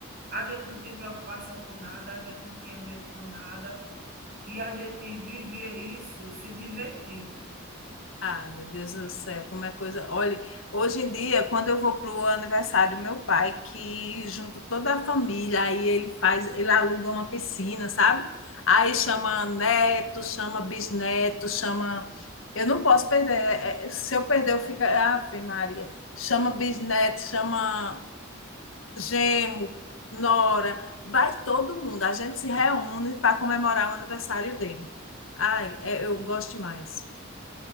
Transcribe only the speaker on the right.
A gente não tinha preocupação com nada, a gente não tinha medo com nada, e a gente vivia isso se divertindo.